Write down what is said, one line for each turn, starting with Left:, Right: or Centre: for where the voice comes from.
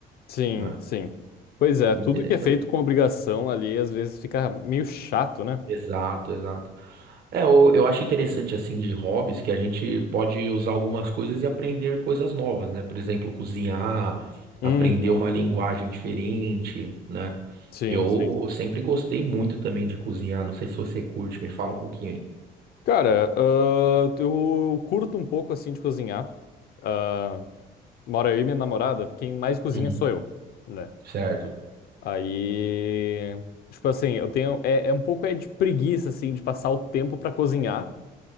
Left: Sim,
Right: né?
Left: sim. Pois é,
Right: Interessante.
Left: tudo que é feito com obrigação ali às vezes fica meio chato, né?
Right: Exato, exato. É, eu, eu acho interessante assim de hobbies que a gente pode usar algumas coisas e aprender coisas novas, né? Por exemplo, cozinhar,
Left: Uhum.
Right: aprender uma linguagem diferente, né?
Left: Sim,
Right: Eu
Left: sim.
Right: sempre gostei muito também de cozinhar. Não sei se você curte, me fala um pouquinho aí.
Left: Cara, ah, eu curto um pouco assim de cozinhar. Ah, Mora eu e minha namorada, quem mais cozinha
Right: Uhum.
Left: sou eu, né?
Right: Certo.
Left: Aí, tipo assim, eu tenho é, é um pouco é de preguiça assim de passar o tempo pra cozinhar.